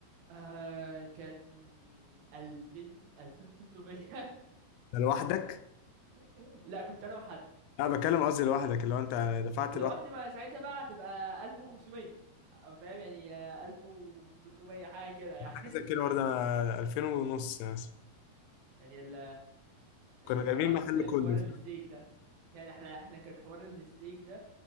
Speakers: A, on the right; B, on the left.
A: آه كان 2000 2800
B: ده لوحدك
A: <laughs> لا كنت انا وحد
B: لا بتكلم قصدي لوحدك اللي هو انت دفعت
A: لوحدي
B: لوحدك
A: ما ساعتها بقى هتبقى 1500 فاهم يعني آه، 1300 حاجه كده يعني
B: حاجه زي كده برضه انا 2000 ونص مثلا
A: يعني ال الموضوع
B: كنا جايبين
A: كان
B: محل
A: فاهم
B: كله
A: حوار
B: فاهم؟
A: الستيك ده يعني احنا احنا كان حوار الستيك ده